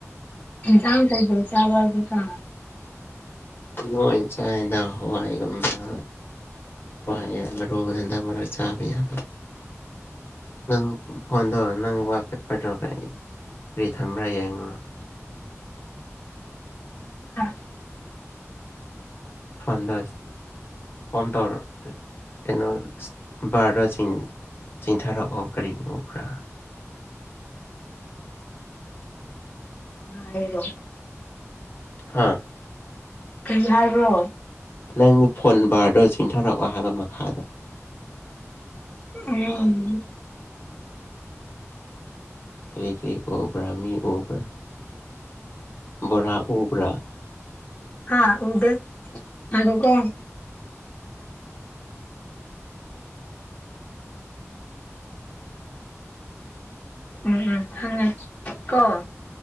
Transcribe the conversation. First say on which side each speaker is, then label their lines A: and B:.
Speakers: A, on the left; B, on the left.
A: ꯆꯥꯡꯝ ꯀꯥꯏꯗ ꯆꯥꯕꯗ ꯀ
B: ꯂꯣꯏ ꯆꯥꯏꯅ ꯍꯋꯥꯏꯒꯨꯝꯕ ꯋꯥꯅꯤ ꯔꯣꯛꯕꯗ ꯃ ꯆꯥ ꯄꯤ ꯌꯥ ꯅꯪ ꯐꯣꯟ ꯇꯧꯔꯛ ꯅꯪ ꯋꯥꯄꯦꯄꯔ ꯇꯧꯔꯛꯀ ꯔꯤ ꯊꯝꯕ꯭ꯔꯥ ꯌꯦꯡꯉꯣ
A: ꯍꯥ
B: ꯐꯗꯁ ꯐꯝ ꯇꯧꯔꯩꯅ ꯚꯔꯔꯁꯤꯡ ꯆꯤꯡꯊꯔ ꯑꯀꯔꯤ ꯎꯄ꯭ꯔꯥ
A: ꯑꯔꯤꯕ
B: ꯍꯥꯥ
A: ꯀꯔꯤ ꯍꯥꯏꯕ꯭ꯔꯣ
B: ꯅꯪꯒꯤ ꯐꯣꯟ ꯅꯝꯕꯔꯗꯣ ꯆꯤꯡꯊꯔꯛꯑꯣ ꯍꯥꯏꯕ ꯃꯈꯥꯗꯣ
A: ꯑ
B: ꯀꯔꯤ ꯀꯔꯤ ꯑꯣꯕ꯭ꯔꯥ ꯃꯤ ꯑꯣꯕ꯭ꯔꯥ ꯕꯣꯔꯥ ꯎꯕ꯭ꯔꯥ
A: ꯍꯥꯥ ꯎꯗ ꯍꯥꯏꯈ ꯀꯣ ꯎꯝ ꯎꯝ ꯍꯉꯦ ꯀꯣꯣ